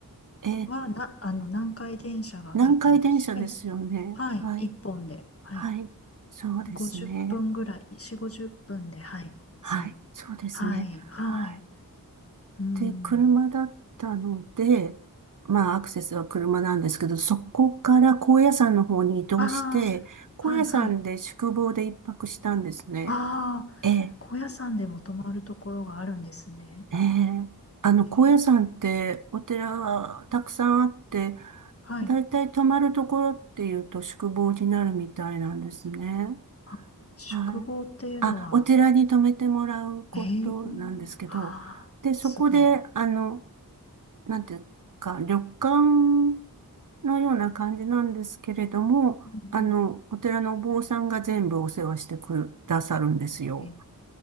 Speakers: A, on the right; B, on the left.
A: えー
B: は、な、あの、南海電車が出てまして、
A: 南海電車ですよね。
B: はい、
A: はい。
B: 一本で、はい。
A: はい。そうですね。
B: 50分ぐらい、4、50分で、はい、
A: はい。
B: つい、
A: そうですね。
B: はい、はい、
A: はい。
B: うん、
A: で、車だったので、まあ、アクセスは車なんですけど、そこから高野山の方に移動して、
B: あ
A: 高野山で宿坊で一泊したんですね。
B: あ、はい、はい、ああ、
A: ええ
B: 高野山でも泊まるところがあるんですね。
A: ええあの、
B: えー、
A: 高野山ってお寺はたくさんあって、
B: はい、
A: だいたい泊まるところっていうと宿坊になるみたいなんですね。
B: あ、宿坊っていうのは、
A: はい。あ、お寺に泊めてもらうことなんですけど、
B: えー、ああ、
A: で、
B: すごい、
A: そこで、あの、なんていうか、旅館のような感じなんですけれども、
B: うん
A: あの、お寺のお坊さんが全部お世話してくださるんですよ。
B: うん、え、